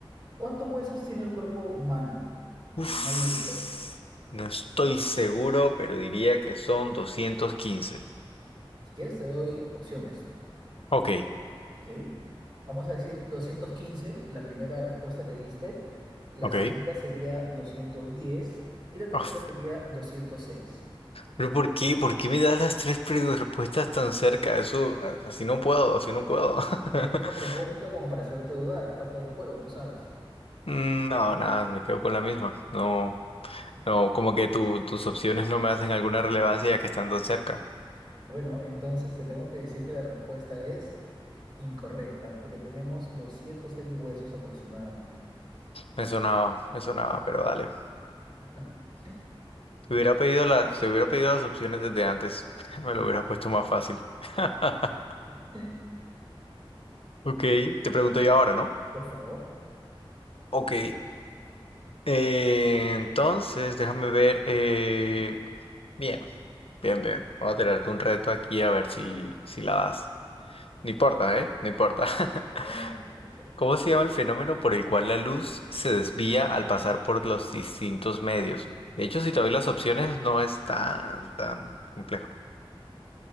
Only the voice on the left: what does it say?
Uf,
no estoy seguro, pero diría que son 215.
Ok,
ok.
Uf.
Pero ¿por qué? ¿Por qué me das las tres pre- respuestas tan cerca? Eso, a- así no puedo, así no puedo. <laughs>
Mm, No, nada, me quedo con la misma. No, no, como que tu- tus opciones no me hacen alguna relevancia ya que están tan cerca.
Me sonaba, me sonaba, pero dale.
Te hubiera pedido la, te hubiera pedido las opciones desde antes. <laughs> Me lo
hubiera puesto más fácil. <laughs>
Ok, te pregunto yo ahora, ¿no?
Ok, eh, entonces déjame ver. eh, bien, bien, bien. Voy a tirarte un reto aquí a ver si, si la das. No importa, ¿eh? No importa. <laughs>
¿Cómo se llama el fenómeno por el cual la luz se desvía al pasar por los distintos medios? De hecho, si te doy las opciones, no es tan, tan complejo.